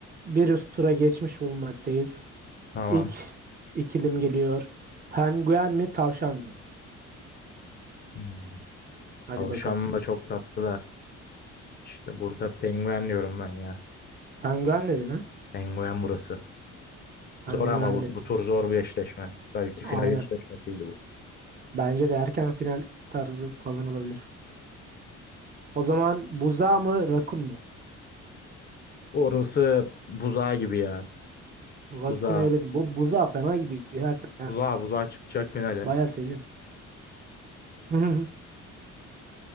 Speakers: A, on the right; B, on the left.
A: bir üst tura geçmiş bulunmaktayız.
B: Tamam.
A: İlk ikilim geliyor. Penguen mi tavşan mı?
B: Hmm.
A: Hadi
B: Tavşan
A: bakalım.
B: da çok tatlı da. İşte burada penguen diyorum ben ya.
A: Penguen dedin ha?
B: Penguen burası.
A: Penguen
B: Zor ama bu,
A: dedin.
B: bu tur zor bir eşleşme. Belki final
A: Aynen.
B: eşleşmesiydi bu.
A: Bence de erken final tarzı falan olabilir. O zaman buza mı rakun mu?
B: Orası buzağı gibi ya.
A: Rakun'u
B: Buzağı,
A: eledim. Bu buza fena gidiyor. Ya sen
B: buzağı, buzağı çıkacak finale.
A: bayağı seviyorum. <laughs>